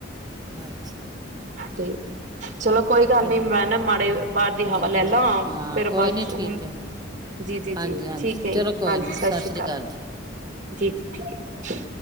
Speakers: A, on the right; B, on the right.
A: ਅੱਛਾ।
B: ਤੇ ਚਲੋ ਕੋਈ ਗੱਲ
A: ਚਲੋ
B: ਨੀ, ਮੈਂ ਨਾ ਮਾੜੇ ਬਾਹਰ ਦੀ ਹਵਾ
A: ਦੇਖ
B: ਲੈ
A: ਲਓ
B: ਲਾਂ,
A: ਹਾਂ
B: ਫਿਰ
A: ਕੋਈ
B: ਬਾਅਦ
A: ਨਹੀਂ
B: 'ਚੋਂ
A: ਠੀਕ
B: ਹੁਣ,
A: ਹੈ
B: ਜੀ ਜੀ
A: ਹਾਂਜੀ
B: ਜੀ,
A: ਹਾਂਜੀ
B: ਠੀਕ ਐ
A: ਚਲੋ
B: ਜੀ,
A: ਕੋਈ
B: ਹਾਂਜੀ।
A: ਨਹੀਂ
B: ਸਤਿ ਸ਼੍ਰੀ
A: ਸ੍ਰੀ
B: ਅਕਾਲ।
A: ਜੀ
B: ਜੀ ਜੀ ਠੀਕ ਹੈ।